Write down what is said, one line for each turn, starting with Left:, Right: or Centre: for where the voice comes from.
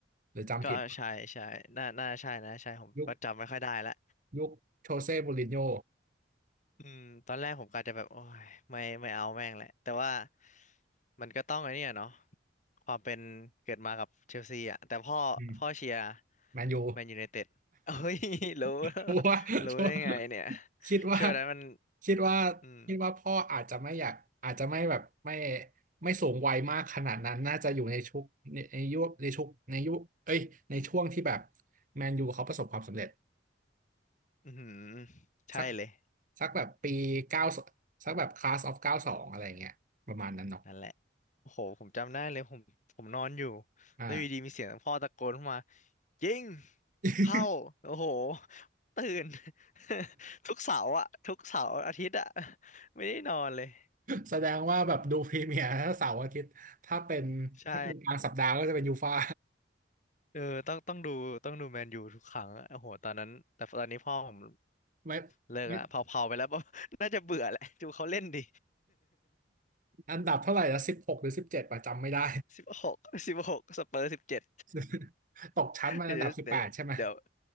Right: หรือจำผิด
Left: ก็ใช่ใช่น่าน่าใช่นะใช่ผมก็จำไม่ค่อยได้ละ
Right: ยุคยุคโชเซ่มูรินโญ่
Left: อืมตอนแรกผมกะจะแบบโอ้ยไม่ไม่เอาแม่งแหละแต่ว่ามันก็ต้องไอ้เนี่ยเนาะความเป็นเกิดมากับเชลซีอ่ะแต่พ่อพ่อเชียร์
Right: อืมแมนยู
Left: แมนยูไน <laughs> เต็ดเฮ้ย <laughs> รู้
Right: <laughs> ชัวร์ชัวร์
Left: รู้ได้ไงเนี่ย
Right: คิดว่า
Left: เชื่อแล้วมัน
Right: คิดว่า
Left: อืม
Right: คิดว่าพ่ออาจจะไม่อยากอาจจะไม่แบบไม่ไม่สูงวัยมากขนาดนั้นน่าจะอยู่ในชุกในในยุคในชุกในยุคเอ้ยในช่วงที่แบบแมนยูเขาประสบความสำเร็จ
Left: อือหือใช่เลย
Right: สักสักแบบปีเก้าสักแบบคลาสออฟเก้าสองอะไรอย่างเงี้ยประมาณนั้นเนาะ
Left: นั่นแหละ โอ้โห ผมจำได้เลยผมผมนอนอยู่
Right: อ่า
Left: แล้วอยู่ดีมีเสียงพ่อตะโกนเข้ามายิง
Right: <laughs>
Left: เข้าโอ้โหตื่น <laughs> ทุกเสาร์อะทุกเสาร์อาทิตย์อะไม่ได้นอนเลย
Right: แสดงว่าแบบดูพรีเมียร์เสาร์อาทิตย์ถ้าเป็นถ้าเป็นกลางสัปดาห์ก็จะเป็นยูฟ่า
Left: ใช่เออต้องต้องดูต้องดูแมนยูทุกครั้งอะโอ้โหตอนนั้นแต่ตอนนี้พ่อผม
Right: <laughs> ไม่
Left: เลิกละเผาๆไปแล้ว
Right: ไม่
Left: <laughs> น่าจะเบื่อแหละ ดูเขาเล่นดิ
Right: อันดับเท่าไหร่ละสิบหกหรือสิบเจ็ดประจำไม่ได้
Left: <laughs> สิบหกสิบหกสเปอร์สิบเจ็ด
Right: <laughs> ตกชั้นมาอันดับสิบแปดใช่ไหม
Left: <laughs> เดี๋ยวเดี๋ยว